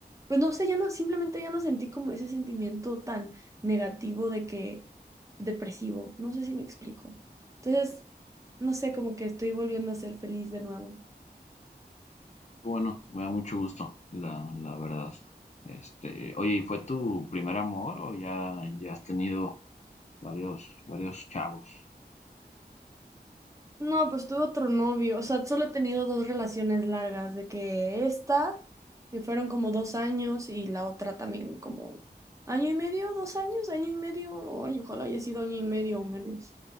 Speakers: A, on the right (about 20°); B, on the left (about 45°).
A: pues no sé, ya no, simplemente ya no sentí como ese sentimiento tan negativo de que, depresivo, no sé si me explico. Entonces, no sé, como que estoy volviendo a ser feliz de nuevo.
B: Bueno, me da mucho gusto, la, la verdad. Este, oye, ¿y fue tu primer amor o ya, ya has tenido varios, varios chavos?
A: No, pues tuve otro novio, o sea, solo he tenido dos relaciones largas, de que esta, que fueron como dos años, y la otra también como año y medio, dos años, año y medio, ay, ojalá haya sido año y medio o menos.